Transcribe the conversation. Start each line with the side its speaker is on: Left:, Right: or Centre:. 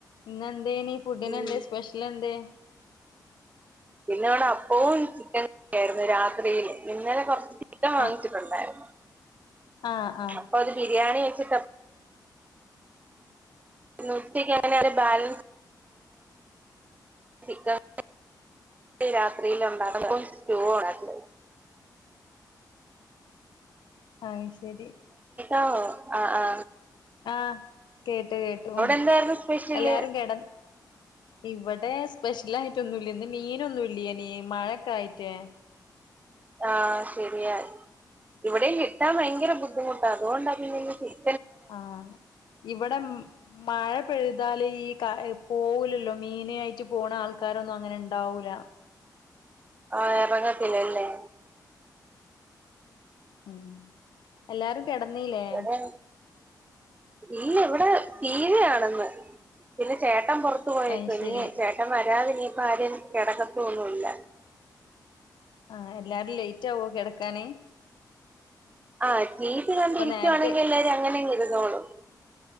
Left: ഇന്നെന്തേനി ഫുഡിനെന്തേ
Right: ഉം
Left: സ്പെഷലെന്തെ?
Right: പിന്നെവിടപ്പവും ചിക്കൻ -യിരുന്നു രാത്രിയിൽ ഇന്നലെ കുറച്ച് ചിക്കൻ വാങ്ങിച്ചിട്ടുണ്ടായിരുന്നു.
Left: ആഹ് ആഹ് ആഹ്
Right: അപ്പൊ അത് ബിരിയാണി വെച്ചിട്ടം <inaudible> ബാലൻസ് <inaudible> <inaudible> രാത്രിയിലുണ്ടാക്കുന്ന <inaudible> സ്റ്റൂവാണ് <inaudible>
Left: അയ്ശരി
Right: ആവോ ആ അ
Left: ആ കേട്ടു കേട്ടു
Right: എന്തായിരുന്നു സ്പെഷ്യല്
Left: എല്ലാരും കെടന്ന് ഇവിടെ സ്പെഷ്യലായിട്ടൊന്നുല്ലന്ന് ന്ന് മീനൊന്നുല്യനീ മഴൊക്കായിട്ട്.
Right: ആ ശരിയ ഇവിടേം കിട്ടാൻ ഭയങ്കര ബുദ്ധിമുട്ടാ അതുകൊണ്ടപിന്നെ <inaudible>
Left: ആ ഇവിടെമ് മഴ മ് പെഴുതാല് ഈ ക പോവുലല്ലോ മീന് ആയിറ്റ് പോണ ആൾക്കാരൊന്നും അങ്ങനെണ്ടാവൂല.
Right: ആ എറങ്ങത്തില്ലല്ലേ?
Left: മ് എല്ലാരും കിടന്നീലേ
Right: ഇവിടെ ഇല്ല ഇവിടെ ടീ വി കാണുന്നു പിന്നെ ചേ- ചേട്ടം പുറത്തു <unintelligible> പോയേക്കുവാ
Left: അയ് ശരി
Right: ചേട്ടൻ വരാതി നീപൊ ആരേം കിടകത്തൊന്നുല്ല
Left: ആ എല്ലാരും ലൈറ്റ് ആവോ കിടക്കാന്?
Right: ആ ടി വി കണ്ടിരിക്കുവാണെങ്കിൽ
Left: നേരത്തെ
Right: എല്ലാരും അങ്ങനങ് ഇരുന്നോളും